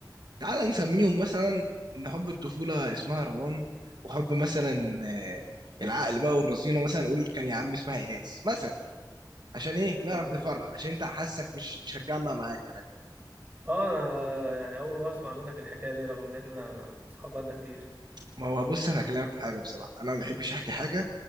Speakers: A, on the right; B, on the right.
A: تعال نسميهم مثلا ان حب الطفوله اسمها روان وحب مثلا آه، العقل بقى والرزينه مثلا نقول كان يا عم اسمها ايناس مثلا عشان ايه
B: تمام
A: نعرف نفرق عشان انت حاسك مش مش هتجمع معاك
B: اه انا يعني اول مرة اسمع منك الحكاية دي رغم ان احنا اصحاب بقالنا كتير
A: ما هو بص انا هكلمك في حاجه بصراحه انا ما بحبش احكي حاجه